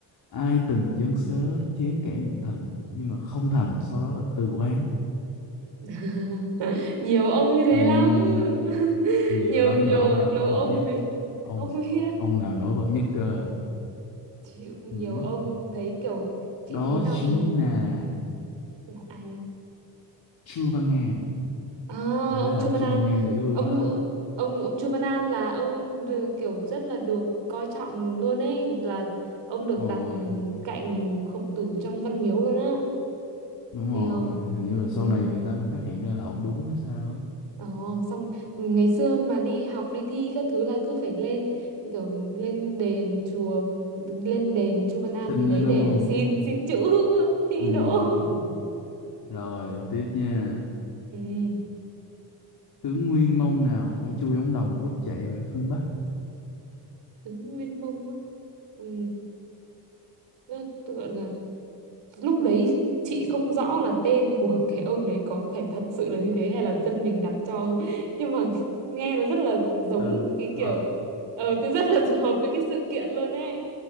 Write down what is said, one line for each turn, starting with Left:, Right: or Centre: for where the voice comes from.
Left: ai từng dâng sớ chém kẻ định thần nhưng mà không thành, sau đó là từ quan.
Right: <laughs> nhiều ông như thế
Left: Ừm,
Right: lắm <laughs>
Left: nhiều
Right: nhiều
Left: lắm
Right: nhiều
Left: nhưng mà ông nào
Right: nhiều
Left: nổi
Right: ông
Left: bật nhất?
Right: vì
Left: Ông
Right: ông biết
Left: ông nào nổi bật nhất cơ?
Right: chị nhiều
Left: Ừm,
Right: ông thấy kiểu chị
Left: đó
Right: thấy đọc
Left: chính là
Right: là ai
Left: Chu Văn An.
Right: À,
Left: Không
Right: ông
Left: biết là
Right: Chu Văn
Left: Chu
Right: An
Left: Văn An nghỉ hưu
Right: ông
Left: đó.
Right: ông ông Chu Văn An là ông được- kiểu rất là được coi trọng luôn ấy là ông được
Left: Đúng
Right: đặt
Left: rồi,
Right: cạnh Khổng Tử trong Văn Miếu luôn á
Left: đúng
Right: nghe
Left: rồi,
Right: không
Left: hình như là sau
Right: ừ
Left: này người ta mới phát hiện ra là ông đúng hay sao á.
Right: Ồ, xong ngày xưa mà đi học đi thi các thứ là cứ phải lên kiểu lên đền chùa lên đền Chu Văn An
Left: Xinh
Right: gì đấy
Left: đó đúng
Right: để
Left: không?
Right: xin xin chữ <laughs> thi
Left: Ừm,
Right: đỗ
Left: rồi tiếp nha.
Right: ừ
Left: Tướng Nguyên Mông nào phải chui ống đồng rút chạy về phương Bắc?
Right: đúng nguyên mông á ừ Nó gọi là lúc đấy chị không rõ là tên của <laughs> cái ông đấy có phải thật sự là như thế hay là dân mình đặt cho <laughs> nhưng mà nghe nó rất là giống
Left: Tên
Right: cái kiểu
Left: hợp
Right: ờ tôi rất là <laughs> hợp với cái sự kiện luôn ấy